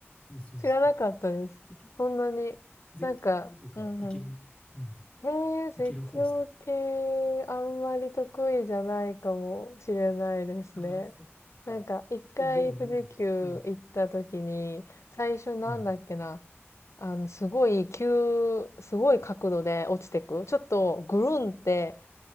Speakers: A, on the left; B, on the left.
A: そうそうそう。
B: 知らなかったです。
A: えけ
B: そんなに、
A: 絶叫系とか行ける、
B: なんか、うんうん。
A: うん、
B: へえー、絶叫系、
A: 行ける方っすか
B: あんまり得意じゃないかもしれないですね。
A: ああ、そっか。
B: なんか、一回富士急行った時に、
A: え、でもマジで。うん。
B: 最初なんだっけな。
A: はい。
B: あの、すごい急、すごい角度で落ちてく。ちょっとぐるんって